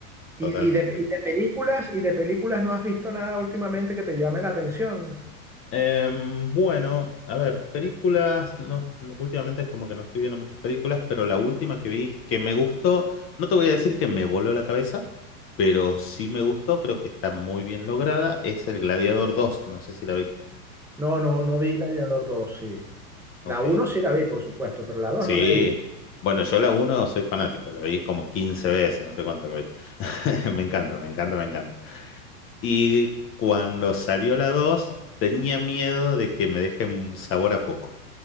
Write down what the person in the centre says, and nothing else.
¿Y,
y de, y de películas, y de películas no has visto nada últimamente que te llame la atención?
No, no, no vi Gladiador dos sí.
La uno sí la vi, por supuesto, pero la 2
no la he visto.